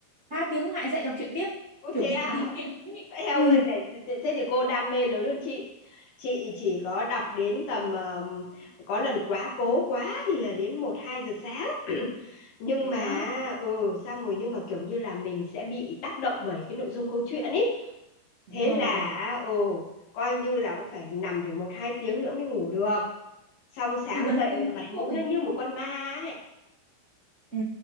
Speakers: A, on the right; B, on the left.
A: ba tiếng lại dậy đọc truyện tiếp,
B: ô
A: kiểu
B: thế
A: bị
B: à?
A: bị nghiện ý.
B: Eo
A: Ừ,
B: ơi này, thế thế thì cô đam mê lớn hơn chị. Chị chỉ có đọc đến tầm ờm, có lần quá cố quá thì ờ, đến một 2 giờ sáng. <clears throat> Nhưng
A: thế
B: mà
A: á,
B: ừ xong rồi nhưng mà kiểu như là mình sẽ bị tác động bởi cái nội dung câu chuyện ý.
A: đúng
B: Thế
A: rồi.
B: là ừ coi như là cũng phải nằm phải một 2 tiếng nữa mới ngủ được. Xong sáng
A: Cứ vấn
B: dậy
A: vương
B: mẹ
A: mãi
B: mặt mũi
A: thôi.
B: nó như một con ma ấy.
A: Ừ.